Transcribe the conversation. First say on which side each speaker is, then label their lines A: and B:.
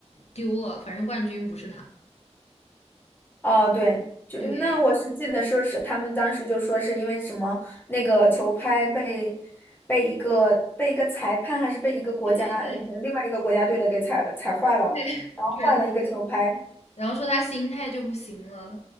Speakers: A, on the left; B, on the left.
A: 丢了，反正冠军不是他。
B: 哦，对，就那我是记得说是他们当时就说是因为什么那个球拍被
A: 对
B: 被一个被一个裁判还是被一个国家呃另外一个国家队的给踩了踩坏了，
A: 对对对对，
B: 然后换了一个球拍。
A: <laughs> 然后说他心态就不行了，